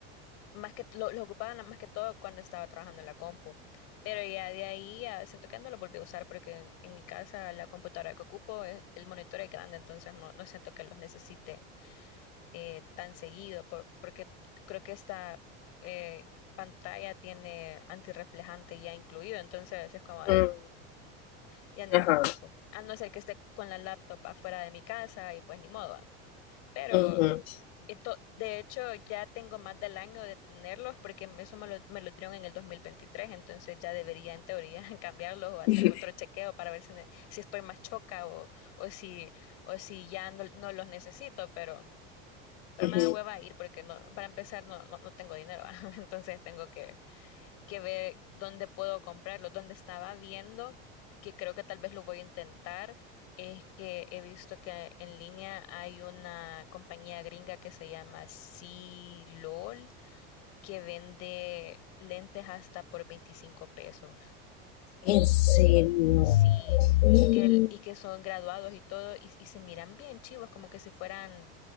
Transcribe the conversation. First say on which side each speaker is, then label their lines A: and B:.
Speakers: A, on the left; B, on the left.
A: más que lo, lo ocupaba na- más que todo cuando estaba trabajando en la compu. Pero ya de ahí ya siento que no lo volví a usar porque en, en mi casa la computadora que ocupo, eh, el monitor es grande, entonces no, no siento que los necesite eh, tan seguido, por- porque creo que esta eh, pantalla tiene antirreflejante ya incluido, entonces es como de,
B: ujú,
A: ya ni
B: Ajá.
A: los ocupo. A no ser que esté con la laptop afuera de mi casa y pues ni modo. ¿va? Pero
B: ujú,
A: esto- de hecho ya tengo más del año de tenerlos porque eso me lo, me lo dieron en el dos mil veintitrés entonces ya debería en teoría <laughs> cambiarlos o hacerme
B: ujú,
A: otro chequeo para ver si, ne- si estoy más choca o, o si, o si ya no, no los necesito, pero...
B: <laughs>
A: Pero me
B: ujú.
A: da hueva ir porque no, para empezar no, no, no tengo dinero, ¿va? <laughs> Entonces tengo que, que ver dónde puedo comprarlo. Donde estaba viendo, que creo que tal vez lo voy a intentar, es que he visto que en línea hay una compañía gringa que se llama C-LOL, que vende lentes hasta por 25 pesos.
B: En serio.
A: Sí,
B: Mm,
A: y que, el- y que son graduados y todo, y, y se miran bien chivos, como que si fueran